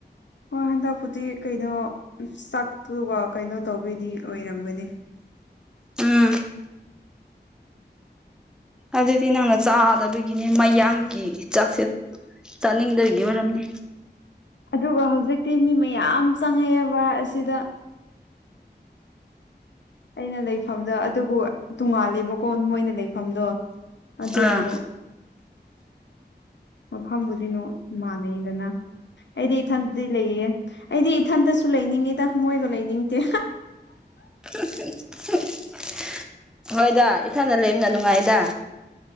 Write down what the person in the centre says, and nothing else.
ꯎꯝ ꯑꯗꯨꯗꯤ ꯅꯪꯅ ꯆꯥꯗꯕꯒꯤꯅꯦ ꯃꯌꯥꯡꯒꯤ ꯆꯥꯛꯁꯦ ꯆꯥꯅꯤꯡꯗꯕꯒꯤ ꯑꯣꯏꯔꯝꯅꯤ
ꯑꯥ
ꯎ ꯍꯣꯏꯗ ꯏꯊꯗ ꯂꯩꯦꯝꯅ ꯅꯨꯡꯉꯥꯏꯗ